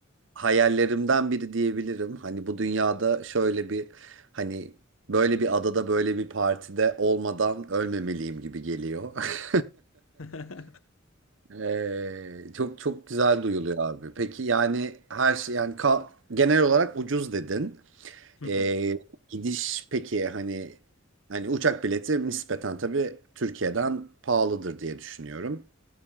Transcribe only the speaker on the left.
<laughs>
Hı hı,